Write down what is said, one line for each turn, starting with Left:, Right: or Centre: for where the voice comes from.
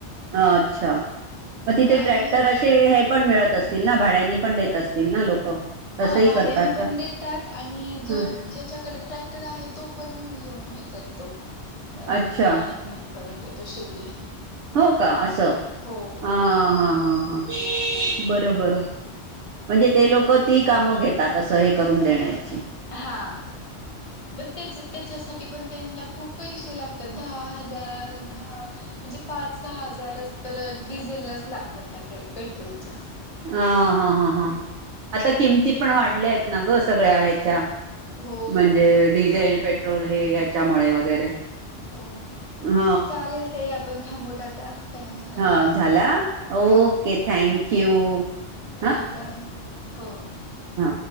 Right: अच्छा मग तिथे ट्रॅक्टर
Left: आणि
Right: असे हे त... पण मिळत असतील ना भाड्यांनी पण देत असतील ना लोक...
Left: हा
Right: तसंही
Left: भाड्यानी
Right: करतात
Left: पण
Right: का
Left: देतात आणि जो
Right: ह
Left: ज्याच्याकडे ट्रॅक्टर आहे तो पण येऊ... तो पण हे करतो रा
Right: अच्छा
Left: राननीट करून देतो शेती...
Right: हो का असं
Left: हो
Right: ह हां हां हा बरं बरं... म्हणजे ते लोक ती कामं घेतात असं हे करून देण्याच..
Left: हा ब तेच... त्याच्यासाठी पण त्यांना खूप पैसे लागतात दहा हजार दहा म्हणजे पाच सहा... झालं तर डिझेलाच लागतात त्या पेट्रोलच्या..
Right: हां हां हां हां आता किमती पण वाढल्या आहेत ना ग सगळ्या ह्याच्या
Left: हो.
Right: म्हणजे डिझेल पेट.. पेट्रोल हे याच्यामुळे वगैरे...
Left: हो
Right: ह
Left: चालेल ताई आपण थाबुत आता... टाइम झालाय
Right: हा झाला ओके
Left: हो
Right: थँक यू
Left: वेलकम...
Right: हा
Left: हो...
Right: हा...